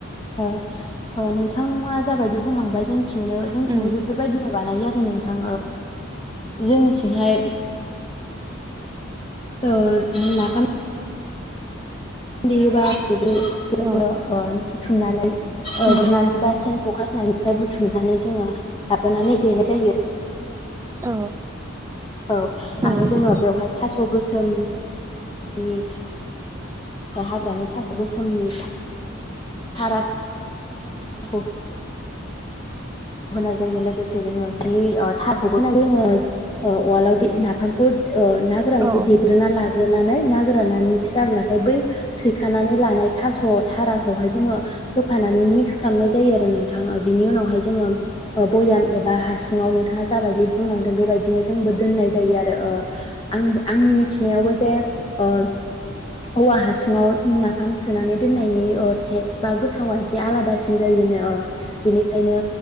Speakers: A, on the left (about 25°); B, on the right (about 15°).
A: ओ ओ नोंथांमोआ जाबायदि बुंलांबाय जोंंनिथिंनो जोंथिंबो
B: उम
A: बेफोरबायदिनो बानायो। नोंथां जोंनिथिंहाय औ नाफाम देयोबा सेफे बेफोरखौनो
B: औ
A: ओ बुथुमनानै ओ
B: उम
A: गुरनानै बा सेन खखा सेननिफ्राय बुथुमनानै जोङो लाबोनानै देनाय जायो।
B: औ
A: औ
B: मोजांसिन
A: आरो जोङो बेवहाय थास' गोसोम नि हाग्रानि थास' गोसोमनि था-थारा खौ होनाय जायो लोगोसे जोङो बिनि <unintelligible> ओ उवालाव दे नाफामखौ ओ ना
B: जायो
A: गोरानखौ देग्रोना लाग्रोनानै ना गोराना मिक्स जाब्लाथाय बै सैखानानै लानाय थास' थाराखौहाय जोङो होफानानै मिक्स खालामनाय जायो आरो नोंथाङो ओ बिनि उनावहाय जोङो। ओ भयाम एबा हासुङाव नोंथाङा जाबायदि बुंलांदों बेबायदिनो जोंबो दोननाय जायो आर रो ओ आं-आंनि मिथिनायावबो जे ओ औवा हासुङाव नाफाम सोनानै दोननायनि ओ टेस्ट बा गोथावा एस से आलादासिन जायोनो ओ बेनिखायनो